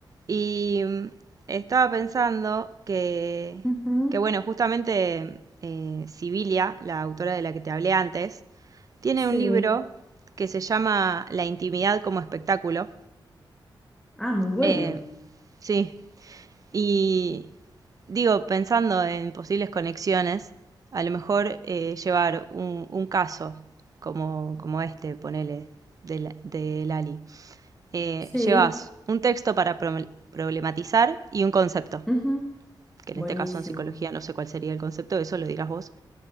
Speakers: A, on the right; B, in the centre.
A: Y mm, estaba pensando que,
B: Ujú,
A: que bueno, justamente eh, Sibilia, la autora de la que te hablé antes, tiene
B: Sí.
A: un libro que se llama La intimidad como espectáculo.
B: Ah, muy bueno.
A: Eh, sí, y digo, pensando en posibles conexiones, a lo mejor eh, llevar un, un caso como, como este, ponele, de, la- de Lali eh,
B: Sí.
A: llevas un texto para pro- problematizar y un concepto,
B: ujú,
A: que en
B: Buenísimo.
A: este caso en psicología no sé cuál sería el concepto, eso lo dirás vos.